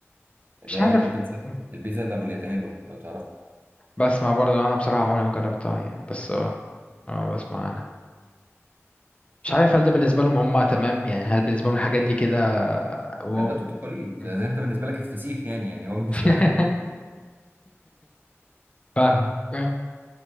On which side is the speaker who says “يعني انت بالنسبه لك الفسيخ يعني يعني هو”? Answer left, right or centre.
Right